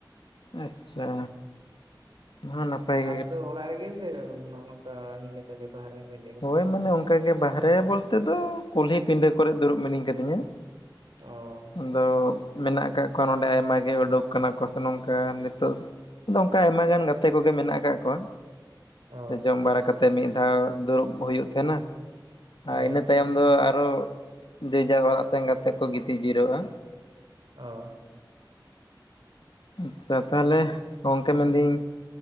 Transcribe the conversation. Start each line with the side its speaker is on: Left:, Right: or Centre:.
Left: ᱟᱪᱪᱷᱟ᱾ ᱦᱚᱸ ᱱᱟᱯᱟᱭ
Right: ᱟᱨ
Left: ᱜᱮ
Right: ᱟᱢ ᱫᱚ ᱚᱲᱟᱜ ᱨᱮᱜᱮ ᱥᱮ ᱱᱚᱝᱠᱟ ᱤᱧ ᱞᱮᱠᱟ ᱵᱟᱦᱚᱨᱮ ᱨᱮ?
Left: ᱦᱳᱭ ᱢᱟᱱᱮ ᱚᱱᱠᱟᱜᱮ ᱵᱟᱦᱨᱮ ᱵᱚᱞᱛᱮ ᱫᱚ ᱠᱩᱞᱦᱤ ᱯᱤᱸᱰᱟᱹ ᱠᱚᱨᱮᱮᱫ ᱫᱩᱲᱩᱵ ᱢᱤᱱᱟᱹᱧ ᱠᱟᱫᱤᱧᱟ᱾
Right: ᱚ᱾
Left: ᱟᱫᱚ ᱢᱮᱱᱟᱜ ᱟᱠᱟᱫ ᱠᱚᱣᱟ ᱱᱚᱰᱮ ᱟᱭᱢᱟᱜ ᱜᱮ ᱩᱰᱩᱠ ᱟᱠᱟᱱᱟ ᱠᱚ ᱥᱮ ᱱᱚᱝᱠᱟ ᱱᱤᱛᱚᱜ ᱚᱱᱠᱟ ᱟᱭᱢᱟ ᱜᱟᱱ ᱜᱟᱛᱮ ᱠᱚᱜᱮ ᱢᱮᱱᱟᱜ ᱟᱠᱟᱫ ᱠᱚᱣᱟ᱾
Right: ᱚ
Left: ᱡᱚᱢ ᱵᱟᱲᱟ ᱠᱟᱛᱮ ᱢᱤᱫ ᱫᱷᱟᱣ ᱫᱩᱲᱩᱵ ᱦᱩᱭᱩᱜ ᱛᱟᱦᱮᱱᱟ ᱟᱨ
Right: ᱚ
Left: ᱤᱱᱟᱹ ᱛᱟᱭᱚᱢ ᱟ ᱫᱚ ᱟᱨᱚ ᱡᱮᱡᱟᱨ ᱚᱲᱟᱜ ᱥᱮᱱ ᱠᱟᱛᱮᱮᱫ ᱠᱚ ᱜᱤᱛᱤᱡᱤᱡᱤᱨᱟᱹᱜᱼᱟ᱾
Right: ᱚ᱾
Left: ᱟᱪᱪᱷᱟ ᱛᱟᱦᱚᱞᱮ ᱜᱚᱝᱠᱮ ᱢᱮᱱᱫᱟᱹᱧ